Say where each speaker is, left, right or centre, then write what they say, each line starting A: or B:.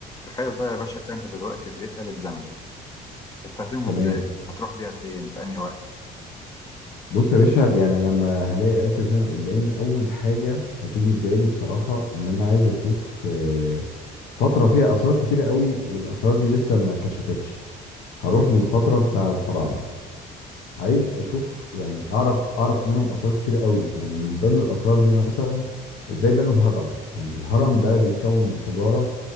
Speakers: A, on the left (about 20°); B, on the left (about 70°).
A: تخيل بقى يا باشا كده انت دلوقتي لقيت آلة زمن تستخدمها
B: تمام
A: ازاي هتروح بيها فين في انهي وقت
B: بص يا باشا يعني أنا لما هلاقي آلة الزمن قدامي أول حاجة هتيجي في بالي بصراحة إن أنا عايز أشوف آه، فترة فيها أسرار كتيرة قوي والأسرار دي لسه ما اتكشفتش هروح للفترة بتاع الفراعنة عايز أشوف يعني أعرف أعرف منهم أسرار كتيرة قوي يعني من ضمن الأسرار دي مثلا إزاي بنوا الهرم يعني الهرم ده بيتكون من حجارة